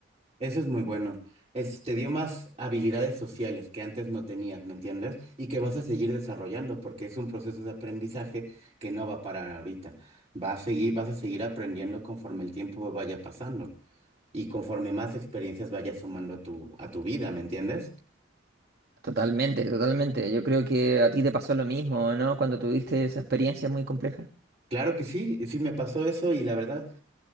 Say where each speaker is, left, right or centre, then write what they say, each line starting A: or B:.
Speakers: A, on the right; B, on the right.
A: Eso es muy bueno. Es- te dio más habilidades sociales que antes no tenías, ¿me entiendes? Y que vas a seguir desarrollando porque es un proceso de aprendizaje que no va a parar ahorita. Va a seguir, vas a seguir aprendiendo conforme el tiempo vaya pasando y conforme más experiencias vayas sumando a tu, a tu vida, ¿me entiendes?
B: Totalmente, totalmente. Yo creo que a ti te pasó lo mismo, ¿no? Cuando tuviste esa experiencia muy compleja.
A: Claro que sí, sí me pasó eso y la verdad